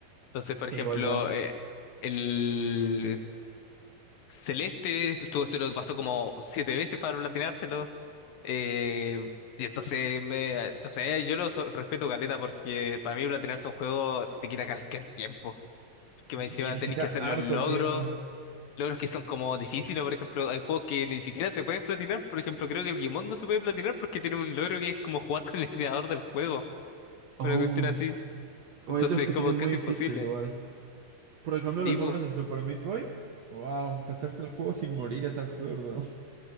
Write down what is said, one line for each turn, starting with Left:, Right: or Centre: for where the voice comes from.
Left: Entonces, por
Right: Sí,
Left: ejemplo...
Right: igual yo.
Left: eh, el Celeste, estuvo, se lo pasó como siete veces para platinárselo. eh, y entonces, me, o sea, yo lo so- respeto caleta porque para mí platinarse un juego te quita cualquier tiempo. Porque me encima
Right: Sí, te
Left: tenés
Right: quita
Left: que hacer
Right: harto
Left: los logros,
Right: tiempo.
Left: logros que son como difíciles. Por ejemplo, hay juegos que ni siquiera se pueden platinar. Por ejemplo, creo que el Gimón no se puede platinar porque tiene un logro que es como jugar con el creador del juego.
Right: Oh,
Left: Una cuestión así. Entonces,
Right: o hay otros que
Left: es como
Right: tienen
Left: casi
Right: muy difícil
Left: imposible.
Right: igual. Por ejemplo,
Left: Sí,
Right: los
Left: bu.
Right: logros de Super Meat Boy. Wow, pasarse el juego sin morir es absurdo.